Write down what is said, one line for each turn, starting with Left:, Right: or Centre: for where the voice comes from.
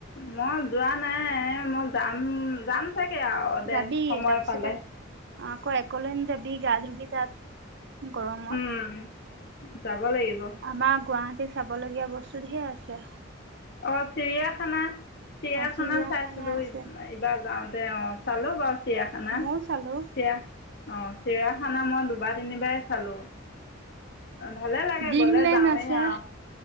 Left: মই যোৱা নাই মই যাম যাম চাগে আৰু দে
Right: যাবি
Left: সময়
Right: তাৰপিছতে
Left: পালে
Right: অ', আকৌ অকলেণ্ড যাবি গা ধোগী তাত। গৰমত।
Left: উম যাব লাগিব
Right: আমাৰ গুৱাহাট টি চাবলগীয়া বস্তু ধেৰ আছে।
Left: অ', চিৰিয়াখানা। চিৰিয়াখানা
Right: চিৰিয়াখানা
Left: চাইছিলো
Right: আছে
Left: এইবাৰ যাওঁতে। তে অ, চালো বছ চিয়াখানা চিয়া
Right: ময়ো চালো
Left: অ', চিৰিয়াখানা মই দুবাৰ তিনিবাৰ চালো। ভালে লাগে
Right: ডিমলেণ্ড
Left: গ'লে যাওঁৱেইৱাও,
Right: আছে